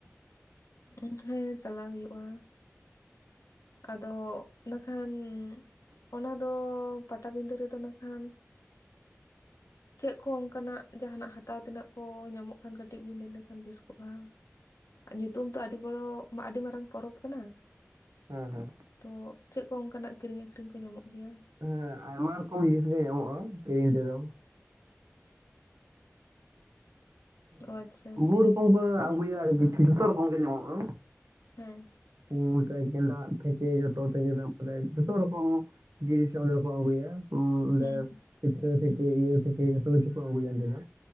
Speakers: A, on the left; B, on the right.
A: ᱩᱸ ᱦᱮᱸ ᱪᱟᱞᱟᱣ ᱦᱩᱭᱩᱜᱼᱟ᱾ ᱟᱫᱚ ᱤᱱᱟᱹ ᱠᱷᱟᱱᱻ ᱚᱱᱟ ᱫᱚ ᱯᱟᱴᱟᱵᱤᱸᱫᱷᱟᱹ ᱨᱮᱫᱚ ᱱᱟ ᱠᱷᱟᱱ ᱪᱮᱫ ᱠᱚ ᱚᱸᱠᱟᱱᱟᱜ ᱡᱟᱦᱟᱱᱟᱜ ᱦᱟᱛᱟᱣ ᱛᱮᱱᱟᱜ ᱠᱚ ᱧᱟᱢᱚᱜ ᱠᱷᱟᱱ ᱠᱟᱹᱴᱤᱡ ᱵᱤᱱ ᱞᱟᱹᱭ ᱞᱮᱠᱷᱟᱱ ᱵᱮᱥ ᱠᱚᱜᱼᱟ? ᱧᱩᱛᱩᱢ ᱛᱚ ᱟᱹᱰᱤ ᱵᱚᱲᱚ ᱟᱹᱰᱤ ᱢᱟᱨᱟᱝ ᱯᱚᱨᱚᱵᱽ ᱠᱟᱱᱟ᱾
B: ᱦᱚᱸᱦᱚᱸ,
A: ᱛᱚ ᱪᱮᱫ ᱠᱚ ᱚᱸᱠᱟᱱᱟᱜ ᱠᱤᱨᱤᱧ ᱟᱹᱠᱷᱨᱤᱧ ᱠᱚ ᱧᱟᱢᱚᱜ ᱜᱮᱭᱟ?
B: ᱦᱮᱸ ᱟᱭᱢᱟ ᱨᱚᱠᱚᱢ ᱡᱤᱱᱤᱥ ᱜᱮ ᱧᱟᱢᱚᱜᱼᱟ ᱠᱤᱨᱤᱧ ᱛᱮᱫᱚ᱾ <unintelligible>
A: ᱚ ᱟᱪᱪᱷᱟ
B: ᱨᱚᱠᱚᱢ ᱠᱚ ᱟᱜᱩᱭᱟ ᱮ ᱠᱤᱪᱷᱩ ᱡᱷᱚᱛᱚ ᱨᱚᱠᱚᱢ ᱜᱮ ᱧᱟᱢᱚᱜᱼᱟ᱾
A: ᱦᱮᱸ,
B: ᱯᱩ ᱛᱟᱭ ᱜᱮᱸᱫᱟᱜ ᱛᱷᱮᱠᱮ ᱡᱚᱛᱚ ᱛᱷᱮᱠᱮ ᱫᱟᱢ ᱵᱚᱞᱮ ᱡᱚᱛᱚ ᱨᱚᱠᱚᱢ ᱡᱤᱱᱤᱥ ᱚᱸᱰᱮ ᱫᱚᱠᱚ ᱟᱹᱜᱩᱭᱟ᱾ ᱩᱸ ᱚᱸᱰᱮ
A: ᱦᱮᱸ
B: ᱯᱤᱴᱷᱟᱹ ᱛᱷᱮᱠᱮ ᱤᱭᱟᱹ ᱛᱷᱮᱠᱮ ᱡᱷᱚᱛᱚ ᱠᱤᱪᱩ ᱠᱚ ᱚᱸᱰᱮ ᱫᱚ᱾